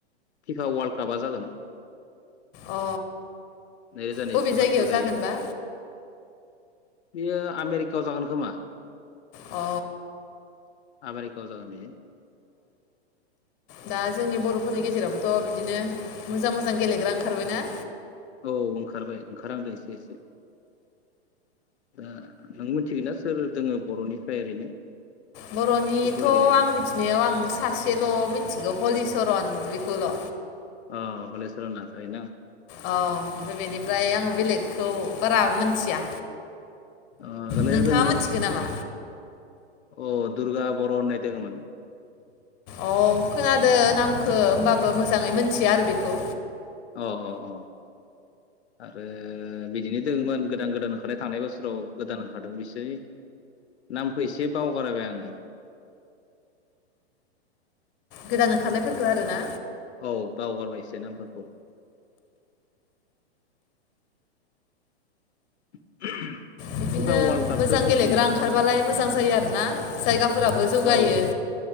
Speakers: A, on the left (about 75°); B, on the left (about 35°).
A: फिफा वार्ल्ड कापा जागोन।
B: अ
A: नैरोजा नैजिद'
B: बबे जायगायाव
A: मायथाइयाव जायो।
B: जागोनबा
A: बियो आमेरिकायाव जागोन खोमा।
B: अ।
A: आमेरिकायाव जागोन बियो।
B: दा जोंनि बर'फोरनि गेजेरावबोथ' बिदिनो मोजां मोजां गेलेग्रा ओंखारबाय ना?
A: औ ओंखारबाय। ओंखारहांदों एसे एसे। दा नों मिथिगोन ना सोर दोङो बर'निफ्राय ओरैनो?
B: बर'निथ'
A: फुटबल गेलेग्रा
B: आं मिथिनायाव आं सासेल' मिथिगौ। हलिसरन बेखौल'।
A: अ हलिसरन नार्जारि ना?
B: औ ओमफ्राय बेनिफ्राय आङो बेलेगखौ बारा मोनथिया।
A: अ आगोलैनो
B: नोंथाङा
A: दोङोमोन
B: मोनथिगो नामा
A: अ दुर्गा बर' होननाय दोङोमोन।
B: औ। खोनादो
A: औ
B: नामखौ होनोमबाबो मोजाङै मोन मिथिया आरो बेखौ।
A: अ अ अ आरो बिदिनो दङमोन गोदान गोदान ओंखारनाय थांनाय बोसोराव गोदान ओंखारदों बिसोर नामखौ एसे बावगारायबाय आङो।
B: गोदान ओंखारनायफोरखो आरो ना।
A: औ बावगारबायसो नामफोरखौ। <unintelligible>
B: बिदिनो
A: वर्ल्ड कापखौ
B: मोजां
A: मिथियो
B: गेलेग्रा
A: नामा
B: ओंखारबालाय मोजां जायो आरोना जायगाफोराबो जौगायो
A: औ